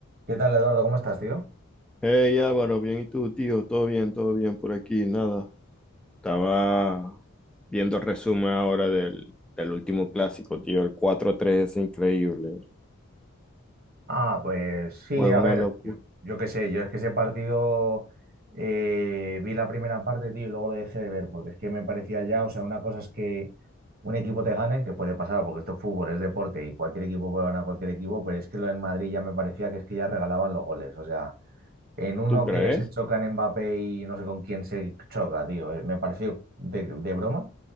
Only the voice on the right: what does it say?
¿Qué tal, Eduardo? ¿Cómo estás, tío?
Ah, pues sí,
a
ver,
yo, yo qué sé, yo es que ese partido eh, vi la primera parte, tío, y luego lo dejé de ver, porque es que me parecía ya, o sea, una cosa es que un equipo te gane, que puede pasar, porque esto es fútbol, es deporte, y cualquier equipo puede ganar a cualquier equipo, pero es que lo del Madrid ya me parecía que es que ya regalaban los goles, o sea, En uno
que se chocan Mbappé y no sé con quién se choca, tío. eh, Me pareció de, de broma.